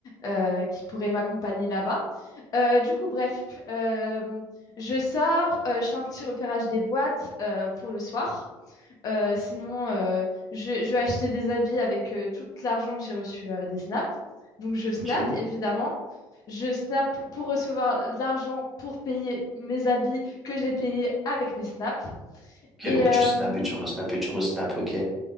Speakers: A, on the left (about 45°); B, in the centre.
A: euh, qui pourraient m'accompagner là-bas. Euh, du coup, bref, euh, je sors, euh, je fais un petit repérage des boîtes euh, pour le soir. Euh, sinon, euh, je, je vais acheter des habits avec euh, tout l'argent que j'ai reçu euh, des snaps. Donc, je snap,
B: ok.
A: évidemment. Je snap pour recevoir l'argent pour payer mes habits que j'ai payés avec mes snaps.
B: Ok,
A: Et
B: donc
A: euh,
B: tu snaps et tu resnaps et tu resnaps, ok.